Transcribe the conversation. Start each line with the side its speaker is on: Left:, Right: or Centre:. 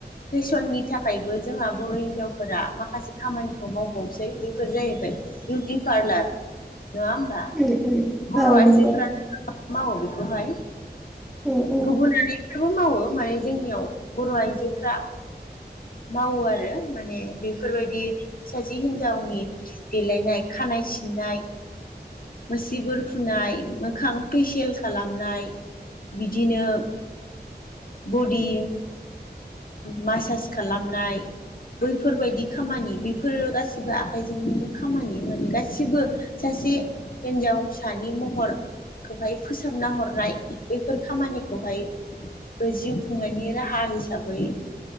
Left: फेसननि थाखायबो जोंहा बर' हिनजावफोरा माखासे खामानिखौ मावबावसै बेफोर जाहैबाय बिउटि पार्लार नङा होमबा
Centre: उम उम
Left: बर'
Centre: औ
Left: आइजोफ्रानो
Centre: नंगौ
Left: मावो बेखौहाय
Centre: उम उम
Left: गुबुनारि बेबो मावो माने जोंनियाव बर' आइजोफ्रा मावो आरो माने बेफोरबायदि सासे हिनजावनि देलायनाय खानाय सिननाय मुसिगुर फुनाय मोखां पेसिल खालामनाय बिदिनो बडि मासास खालामनाय बैफोरबायदि खामानि बेफोर' गाैसैबो आखाइनिनो खामानि माने गासिबो सासे हिन्जाव सानि महर खौहाय फोसाबना हरनाय बेफोर खामानिखौहाय बे जिउ खुंनायनि राहा हिसाबै